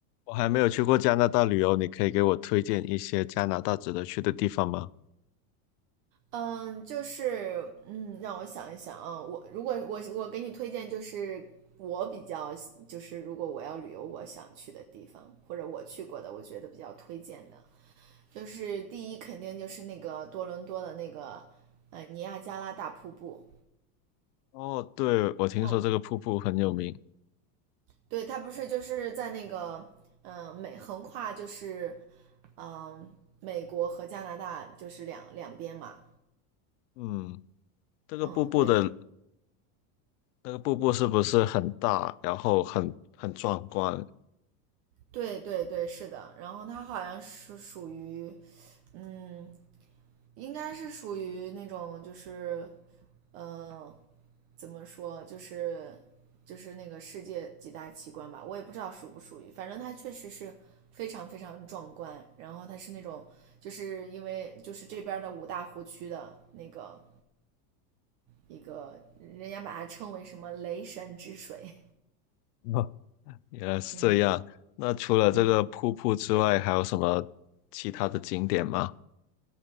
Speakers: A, on the left; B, on the right.
A: 我还没有去过加拿大旅游，你可以给我推荐一些加拿大值得去的地方吗？
B: 嗯，就是嗯，让我想一想啊，我如果我我给你推荐，就是我比较就是如果我要旅游，我想去的地方，或者我去过的，我觉得比较推荐的，就是第一肯定就是那个多伦多的那个呃尼亚加拉大瀑布。
A: 哦，对，我听说这个瀑布很有名。
B: 嗯，对，它不是就是在那个嗯、呃美横跨就是嗯、呃美国和加拿大就是两两边嘛。
A: 嗯，这个瀑布的
B: 嗯，对
A: 那个瀑布是不是很大，然后很很壮观？
B: 对对对，是的。然后它好像是属于。嗯，应该是属于那种就是呃，怎么说，就是就是那个世界几大奇观吧，我也不知道属不属于，反正它确实是非常非常壮观。然后它是那种就是因为就是这边的五大湖区的那个一个，人家把它称为什么雷神之水
A: <laughs> 哦原来是这样。
B: <laughs>，嗯
A: 那除了这个瀑布之外，
B: 嗯。
A: 还有什么其他的景点吗？